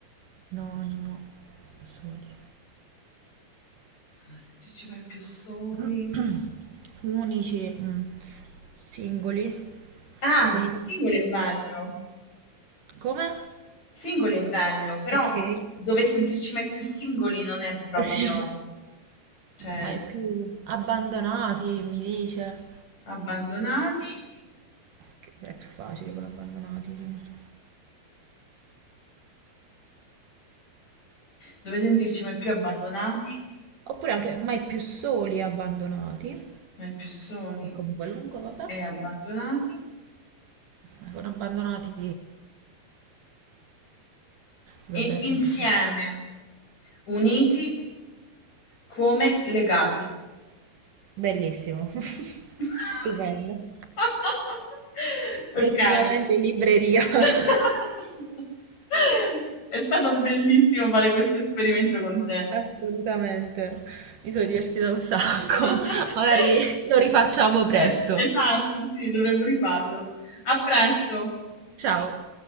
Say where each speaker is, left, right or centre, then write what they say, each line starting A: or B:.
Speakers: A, on the right; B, on the left.
A: Sinonimo soli.
B: sentirci mai più soli.
A: <clears throat> Unici. mm. Singoli.
B: Ah,
A: Soli.
B: singoli è bello.
A: Come?
B: Singoli è bello, però
A: Ok. <laughs>
B: dove sentirci mai più singoli non è proprio,
A: Sì.
B: cioè,
A: Mai più. Abbandonati, mi dice.
B: abbandonati,
A: Che È più facile con abbandonati, sì.
B: dove sentirci mai più abbandonati,
A: Oppure anche mai più soli e abbandonati.
B: mai più soli
A: E con qualunque, vabbè.
B: e abbandonati,
A: Ancora abbandonati dovrebbe
B: e
A: essere
B: insieme,
A: un po' più...
B: uniti come legati.
A: Bellissimo, <laughs>
B: <laughs>
A: stupendo. Prossimamente
B: Ok.
A: in libreria.
B: <laughs>
A: <laughs>
B: È stato bellissimo fare questo esperimento con te.
A: Assolutamente. Mi sono divertita un sacco.
B: <laughs>
A: <laughs> Magari lo rifacciamo presto.
B: Es esatto, sì, dovremmo rifarlo. A presto.
A: Ciao.